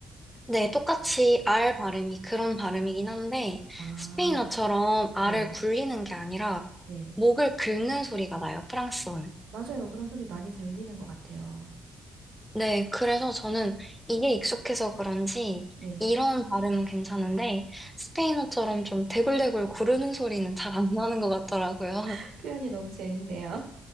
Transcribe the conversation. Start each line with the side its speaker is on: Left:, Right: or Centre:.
Centre: 네, 똑같이 R 발음이 그런 발음이긴 한데,
Right: 아,
Centre: 스페인어처럼 R을
Right: 네,
Centre: 굴리는 게 아니라,
Right: 네.
Centre: 목을 긁는 소리가 나요, 프랑스어는.
Right: 맞아요. 그런 소리 많이 들리는 것 같아요.
Centre: 네, 그래서 저는 이게 익숙해서 그런지,
Right: 네.
Centre: 이런 발음은 괜찮은데, 스페인어처럼 좀 대굴대굴 구르는 소리는 잘 안 나는 것 같더라고요.
Right: <laughs> 표현이 너무 재밌네요.